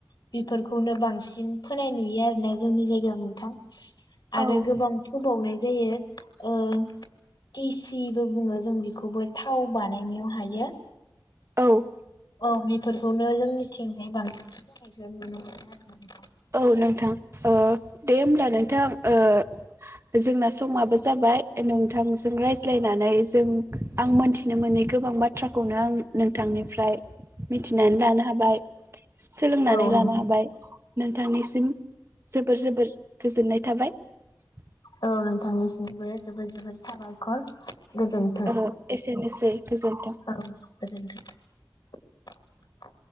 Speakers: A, on the left; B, on the right.
A: बेफोरखौनो बांसि सिन फोनाय नुयो आरोना जोंनि जायगायाव नोंथां । आरो
B: औ
A: गोबां फोबावनाय जायो । ओ टिसिबो बुङो जों बेखौबो थाव बानायनायाव हायो ।
B: औ ।
A: औ बेफोरखौनो जोंथिंजाय बांसिन फोनायखौ नुनो मोनो आरो ।
B: औ नोंथां ओ दे होमब्ला नोंथां ओ जोंना समाबो जाबाय नोंथांजों रायज्लायनानै जों आं मोनथिनो मोनै गोबां बाथ्राखौनो आं नोंथांनिफ्राय मिथिनानै लानो हाबाय । सोलोंनानै
A: औ
B: लानो
A: नोंथां
B: हाबाय । नोंथांनिसिम जोबोर जोबोर गोजोननाय थाबाय ।
A: औ नोंथांनिसिमबो जोबोद जोबोद साबायखर । गोजोनथों
B: ओ एसेनोसै गोजोन्थों।
A: औ गोजोनथों ।